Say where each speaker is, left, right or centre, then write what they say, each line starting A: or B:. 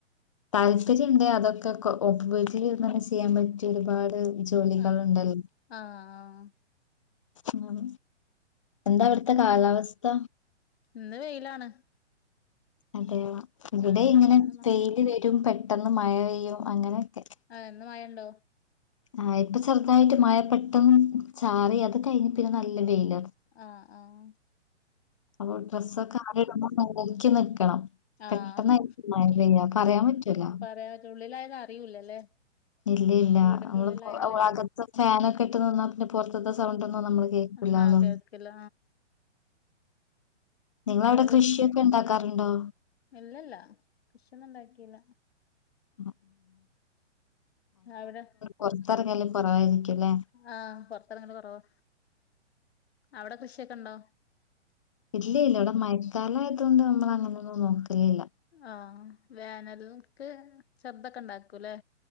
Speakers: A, on the left (about 30°); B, on the left (about 55°).
A: താല്പര്യംണ്ട് അതൊക്കെ ഒപന്നെ <unintelligible> ചെയ്യാൻ പറ്റിയ ഒരുപാട് ജോലികളുണ്ടല്ലോ
B: ആഹ് ആഹ്
A: ഉ എന്താ ഇവിടുത്തെ കാലാവസ്ഥ
B: ഇന്ന് വെയിലാണ്
A: അതെയോ ഇവിടെ
B: ഉം
A: ഇങ്ങനെ
B: ഇന്ന് മ
A: വെയില് വരും പെട്ടെന്ന് മഴ പെയ്യും അങ്ങനെയൊക്കെ
B: ആഹ് മഴണ്ടോ
A: ആ ഇപ്പൊ ചെറുതായിട്ട് മഴ പെട്ടെന്ന് ചാറി അത് കഴിഞ്ഞ പിന്നെ നല്ല വെയില
B: ആഹ ആഹ
A: അപ്പൊ ഡ്രസ്സൊക്കെ ആറിടുക മ്പൊ നോക്കി നിക്കണം
B: ആഹ്
A: പെട്ടെന്ന് മഴ പെയ്യാ പറയാൻ പറ്റൂലോ
B: പറയാൻ പറ്റ ഉള്ളിലായത് അറിയൂലല്ലേ
A: ഇല്ലല്ല
B: വീടിന്റെ
A: നമ്മള്
B: ഉള്ളിലായാലേ
A: അകത്ത ഫാനൊക്കെ ഇട്ട്ന്നാ പിന്നെ പൊ ത്ത സൗണ്ടന്നും നമ്മള് കേൾക്കില്ലാലോ
B: ആഹ് കേൾക്കില്ല ആഹ്
A: നിങ്ങവിടെ കൃഷിയൊക്കെ ഉണ്ടാക്കാറുണ്ടോ
B: ഇല്ലല്ല കൃഷി ഒന്നും ഉണ്ടാക്കിയില്ല
A: ഉ <unintelligible>
B: ആവിടെ
A: പൊറത്തെറങ്ങല് കൊറവായിരിക്കുംല്ലേ?
B: ആഹ പുറത്തിറങ്ങനെ കുറവാ അവിടെ കൃഷിയൊക്കെ ഉണ്ടോ
A: ഇല്ല ഇല്ല അവിടെ മയക്കാലയതുക കൊണ്ട് നമ്മൾ അങ്ങനെയൊന്നും നോക്കലല്ല
B: ആഹ വേനൽക്ക് ചെർദൊക്കെ ഉണ്ടാക്കൂല്ലെ